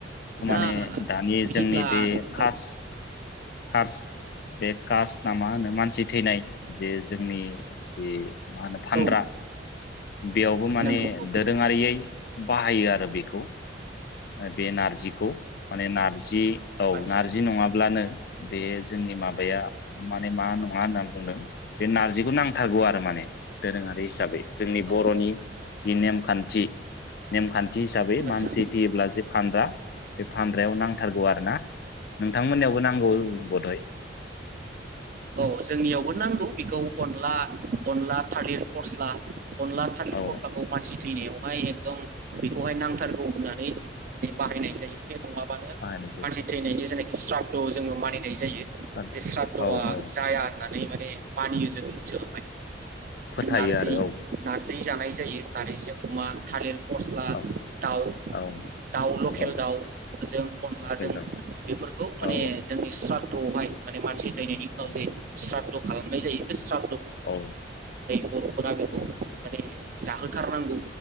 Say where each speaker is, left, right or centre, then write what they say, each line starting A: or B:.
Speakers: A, on the left; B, on the right.
A: माने
B: दा
A: दानि
B: बिदिब्ला
A: जोंनि बे खास
B: औ
A: <unintelligible> बे कास्ट ना मा होनो मानसि थैनाय जे जोंनि जि मा होनो फानद्रा
B: औ
A: बेयावबो माने
B: नंगौ औ
A: दोरोङारियै बाहायो आरो बेखौ आ <unintelligible> बे नारजिखौ माने नारजि औ
B: आदसा
A: नारजि नङाब्लानो बे जोंनि माबाया माने मा नङा होनना बुंदों बे नारजिखौ नांथारगौ आरो माने दोरोङारि हिसाबै जोंनि बरनि
B: औ
A: जि नेमखान्थि नेमखान्थि थि हिसाबै
B: आदसा
A: मानसि जे फानद्रा बे फानद्रायाव नांथारगौ आरो ना नोंथांमोननियावबो नांगौ बदय
B: औ जोंनियावबो नांगौ बेखौ अनला अनला थालिर फ <unintelligible> अनला थालिर
A: औ
B: फस्लाखौ मानसि थैनायाव एकदम बेखौहाय नांथारगौ होननानै मान बाहायनाय जायो बे नङ माने
A: बाहायनोसै
B: मानसि थैनायनि <unintelligible> स्राद जोङो मानिनाय जायो
A: सारदा
B: बे स्रादधआ
A: औ औ
B: जाया होननानै माने मानियो जोंनि ओनसोलाव
A: फोथायो
B: <unintelligible> नारजि
A: आरो औ
B: नारजि जानाय जायो नारजिजों अमा थालिर फस्ला
A: औ
B: दाउ
A: औ
B: दाउ लकेल
A: औ
B: दाउजों अनलाजों
A: लकेल दाउ
B: बेफोरखौ माने
A: औ
B: जोंनि स्राद <unintelligible> <unintelligible> जि स्राद
A: औ
B: खालामनाय जायो बेस्रा
A: औ
B: बरफोरा बेखौ माने जाहोथारनांगौ